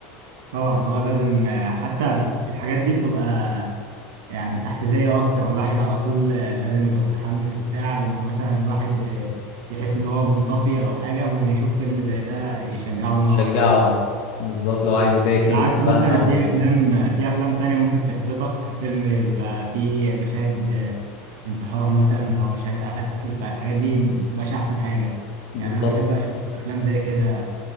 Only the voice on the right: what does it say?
طبعا اه لازم آه، حتى الحاجات دي بتبقى يعني تحفيزية أكتر الواحد على طول آه، لازم يبقى متحمس وبتاع لما مثلا الواحد آه، يحس إن هو منطفي أو حاجة ممكن يشوف فيلم زي ده يشجعه إن هو
يكمل
على عكس
مثلا
في افلام في افلام تانية ممكن تحبطك فيلم بيبقى فيه مشاهد آه، انتحار مثلا او مشاهد قتل فالحاجات دي ما بتبقاش احسن حاجة
يعني انا بحب اشوف افلام زي كده